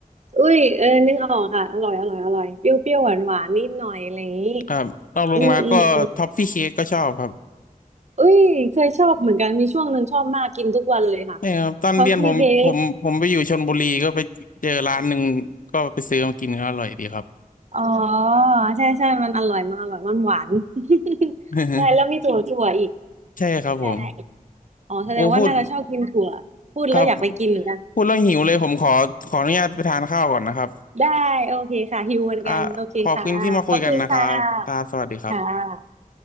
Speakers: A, on the right (about 50°); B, on the left (about 65°).
A: อุ้ยเออนึกออกค่ะอร่อยอร่อยอร่อยเปรี้ยวเปรี้ยวหวานหวานนิดหน่อยอะไรอย่างนี้
B: ครับรองลงมาก็ท็อฟฟี่เค้กก็ชอบครับ
A: อืมอืมอืมอุ้ยเคยชอบเหมือนกันมีช่วงหนึ่งชอบมากกินทุกวันเลยค่ะ
B: นี่ครับตอนเรียนผมผมผมไปอยู่ชลบุรีก็ไปเจอร้านหนึ่ง
A: ชอบซื้อเค้ก
B: ก็ไปซื้อมากินก็อร่อยดีครับ
A: อ๋อใช่ใช่มันอร่อยมันอร่อยมันหวาน <laughs>
B: <laughs>
A: ใช่แล้วมีถั่วถั่วอีก
B: ใช่ครับผม
A: ใช่อ๋อแสดงว่าน่าจะชอบกินถั่วพูดแล้วอยากไปกินเหมือนกัน
B: โอ้พูด ครับพูดแล้วหิวเลยผมขอขออนุญาตไปทานข้าวก่อนนะครับ
A: <laughs> ได้โอเคค่ะหิวเหมือนกันโอเคค่ะขอบคุณค่ะค่ะ
B: อ่าขอบคุณที่มาคุยกันนะครับครับสวัสดีครับ